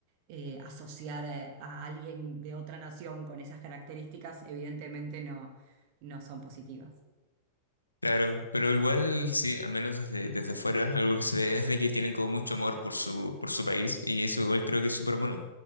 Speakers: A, on the right; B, on the left.
A: eh, asociar a, a alguien de otra nación con esas características evidentemente no, no son positivas.
B: Claro, pero igual sí, al menos desde, desde fuera, algo que se ve es de que tienen como mucho amor por su, por su país y eso igual creo que es súper bueno.